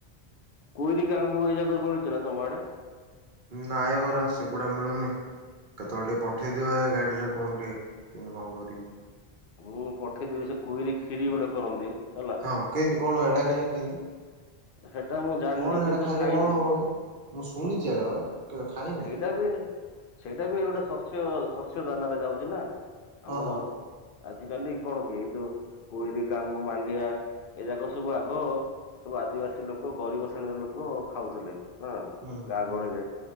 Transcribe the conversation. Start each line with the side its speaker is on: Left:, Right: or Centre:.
Left: କୋଇଲି କାହାଙ୍କୁ ଇଏ ଯାକ ବୁଲୁଚି ନା ତମ ଆଡେ।
Right: ନା ବରା ସେଗୁଡ଼ା ମିଳୁନି। କେତେବେଳେ ଟିକେ ପଠେଇ ଦିଅ ଏ ଗାଡିରେ କଣ ଟିକେ କେମିତି କଣ କରିକି।
Left: ମୁଁ ପଠେଇଦେବି ସେ କୋଇରି କ୍ଷୀରି ଗୋଟେ କରନ୍ତି। ହେଲା।
Right: ହଁ କେମିତି କଣ ଏଇଟା କାହିଁ କିନ୍ତି।
Left: ସେଟା ମୁଁ ଜାଣିନି
Right: କଣ ସେଟା
Left: କିନ୍ତୁ
Right: ଖାଇଲେ
Left: ଖାଇଛି
Right: କଣ ହବ କି ମୁଁ ଶୁଣିଛି ଏଗା ବା। କେବେ ଖାଇନି
Left: ସେଇଟା ବି ସେଇଟା ବି ଗୋଟେ ଶସ୍ୟ ଶସ୍ୟ ଦାନାରେ ଯାଉଛି ନା।
Right: ହଁ
Left: ଆମର।
Right: ହଁ
Left: ଆଜି କାଲି କଣ କି ଏଇ ଯୋଉ କୋଇଲି କାଙ୍ଗୁ ମାଣ୍ଡିଆ ଏ ଯାକ ସବୁ ଆଗ। ସବୁ ଆଦିବାସୀ ଲୋକ ଗରିବ ଶ୍ରେଣୀର ଲୋକ ଖାଉଥିଲେ ହଁ
Right: ହୁଁ
Left: ଗାଁ
Right: ହୁଁ
Left: ଗହଳିରେ।